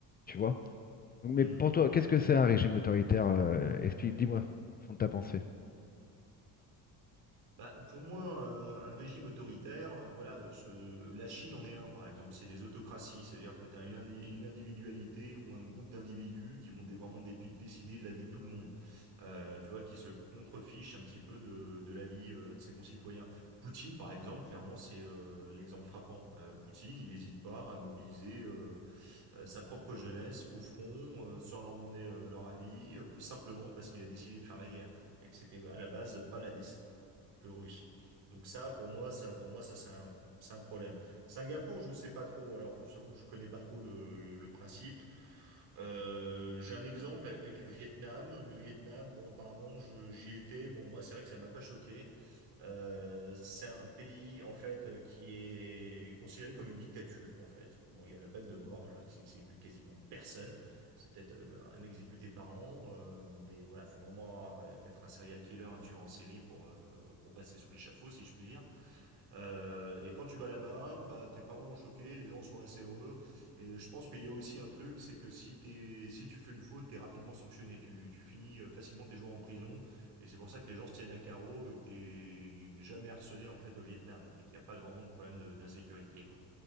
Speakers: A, on the left; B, on the right.
A: Tu vois? Donc, mais
B: mhm.
A: pour toi, qu'est-ce que c'est un régime autoritaire? euh, explique, dis-moi, fond de ta pensée.
B: Bah, pour moi, euh, un régime autoritaire, euh, voilà, ce- la Chine en est un, par exemple, c'est les autocraties, c'est-à-dire que tu as une, indi- une individualité ou un groupe d'individus qui vont dé- vraiment dépi- décider de la vie de tout le monde, Euh, tu vois, qui se contrefichent un petit peu de, de la vie euh, de ses concitoyens. Poutine, par exemple, clairement, c'est euh, l'exemple frappant. Euh, Poutine, il n'hésite pas à mobiliser euh, euh, sa propre jeunesse au front, euh, sans leur demander euh, leur avis, euh, simplement parce qu'il a décidé de faire la guerre et que c'était à la base pas la décision peu russe. Donc ça, pour moi, ça, pour moi, ça, c'est un, c'est un problème. Singapour, je sais pas trop. Alors, j'avoue que je connais pas trop le, le principe. Euh, j'ai un exemple avec le Vietnam. Le Vietnam, bon, apparemment, je- j'y étais. Bon, moi, c'est vrai que ça m'a pas choqué. Euh, c'est un pays en fait euh, qui est considéré comme une dictature en fait. Bon, il y a la peine de mort, alors ils exécutent quasiment personne. C'est peut-être euh, un exécuté par an, euh, mais voilà, faut vraiment euh, être un serial killer, un tueur en série pour euh, pour passer sous l'échafaud, si je puis dire. Euh, et quand tu vas là-bas, bah, tes parents ont choqué, les gens sont assez heureux. Et je pense qu'il y a aussi un truc, c'est que si t'es, si tu fais une faute, t'es rapidement sanctionné. Tu, tu finis euh, facilement tes jours en prison. Et c'est pour ça que les gens se tiennent à carreau et que t'es jamais harcelé, en fait, au Vietnam. Et qu'il n'y a pas vraiment de problème de- d'insécurité, quoi.